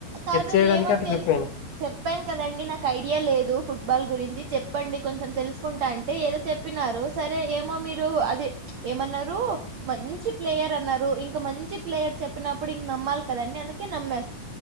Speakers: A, on the right (about 70°); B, on the left (about 75°).
A: కాదు
B: చేయడానికి
A: ఏమో
B: అట్లా
A: తె
B: చెప్పాను
A: చెప్పాను కదండి నాకు ఐడియా లేదు ఫుట్బాల్ గురించి చెప్ప చెప్పండి కొంచెం తెలుసుకుంటా అంటే ఏదో చెప్పినారు సరే ఏమో మీరు అది ఏమన్నారు మంచి ప్లేయర్ అన్నారు ఇంక మంచి ప్లేయర్ చెప్పినప్పుడు ఇంక నమ్మాలి కదండి అందుక నమ్మే